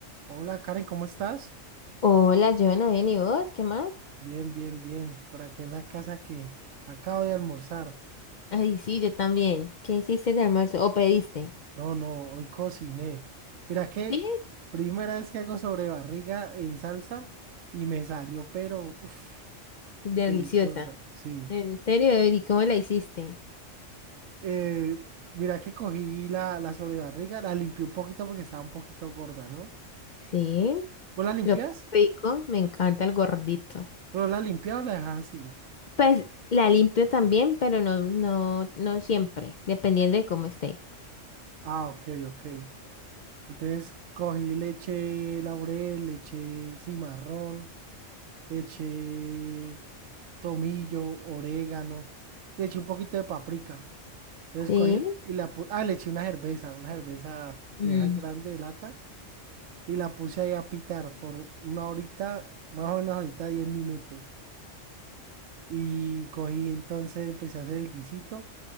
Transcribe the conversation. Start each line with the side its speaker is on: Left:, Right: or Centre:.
Right: Hola Karen, ¿cómo estás?
Left: Hola, Joana, bien, ¿y vos? ¿Qué más?
Right: Bien, bien, bien. Por aquí en la casa que acabo de almorzar.
Left: Ay, sí, yo también. ¿Qué hiciste de almuerzo? ¿O pediste?
Right: No, no, hoy cociné. Mira que
Left: Sí,
Right: primera vez que hago sobre barriga en salsa y me salió, pero uf,
Left: deliciosa.
Right: deliciosa. Sí.
Left: En serio, David, ¿y cómo la hiciste?
Right: Eh, mira que cogí la, la sobrebarriga, la limpié un poquito porque estaba un poquito gorda, ¿no?
Left: Sí,
Right: ¿Vos la limpias?
Left: Lo más rico, me encanta el gordito.
Right: ¿Pero la limpias o la dejas así?
Left: Pues la limpio también, pero no, no, no siempre, dependiendo de cómo esté.
Right: Ah, ok, ok. Entonces cogí leche laurel, leche cimarrón. Le eché tomillo, orégano. Le eché un poquito de paprika. Entonces
Left: sí.
Right: cogí y la puse. Ah, le eché una cerveza, una cerveza
Left: Mm.
Right: de esa grande de lata. Y la puse ahí a pitar por una horita, más o menos ahorita 10 minutos. Y cogí, entonces empecé a hacer el guisito.